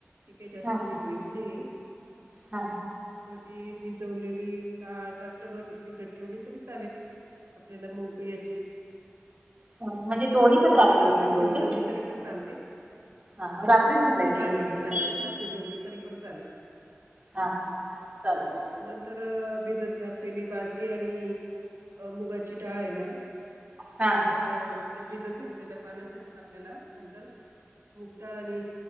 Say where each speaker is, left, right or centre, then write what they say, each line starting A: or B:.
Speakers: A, on the right; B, on the right.
A: ती काही जास्त
B: हा
A: विजवायची
B: हा
A: नाहीय
B: हा
A: मग ती भिजवलेली रात्रभर भिजत ठेवली तरी चालेल आपल्याला मग याची
B: अ, म्हणजे दोन्ही
A: बाजरी
B: पण
A: रात्रभर
B: भिजवायचे
A: भिजवली तरी पण चालते.
B: हा मग रात्रीच
A: आणि मगची
B: घालायचं
A: डाळ
B: दोन्ही
A: फक्त
B: पण
A: चार-पाच
B: भिजत
A: तास भिजवली तरी पण चालेल.
B: हा. चालतंय
A: नंतर भिजत घातलेली बाजरी आणि मुगाची ची डाळ आहे ना
B: हा
A: त ते भिजत घातलेल्या पाण्यासकट आपल्याला नंतर मुगडाळ आणि